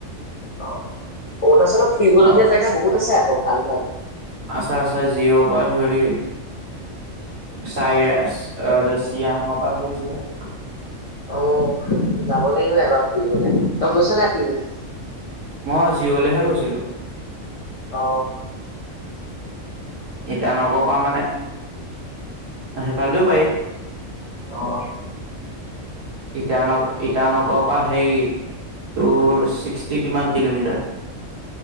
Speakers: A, on the left (about 55°); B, on the right (about 70°).
A: অ' অৰুণাচলত ফুৰিবলগীয়া
B: আৰু
A: জেগা বহুত আছে অ' ভাল ভাল
B: আছে আছে জিঅ'ৰ পৰা ধৰি চাইৰা আ চিয়াঙৰ পৰা ধৰি যোৱা
A: অ' যাব লাগিব এবাৰ ফুৰিবলে তই গৈছ নাই ফুৰিবলৈ?
B: মই জিঅ'লেহে গৈছি ছিলো
A: অঁ
B: ইটানগৰৰ পৰা মানে সেইফালে দিও পাৰি
A: অ',
B: ইটান ইটানগৰৰ পৰা হেৰি তোৰ ছিক্সটি কিমান কিলোমিটাৰ